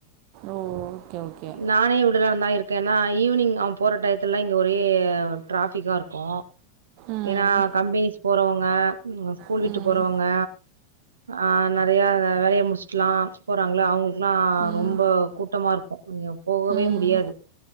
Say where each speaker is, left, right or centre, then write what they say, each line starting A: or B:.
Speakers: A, on the right (about 45°); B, on the right (about 70°).
A: ஓ ஓகே ஓகே
B: நானே விடலாந் தா இருக் ஓகேன்னா ஈவினிங் அவ போற டையத்துலா இங்க ஒரே ட்ராஃபிக்கா இருக்கு
A: ம்
B: ஏன்னா கம்பெனிஸ் போறவங்க ஸ்கூல்
A: ம்
B: விட்டு போறவங்க ஆ நெறைய வேலய முடிச்சுட்டல்லா போறாங்ளா அவங்களுக்கெல்லா
A: ம்
B: ரொம்ப கூட்டமா ருக்கு நீங்க போகவே
A: ம்
B: முடியாது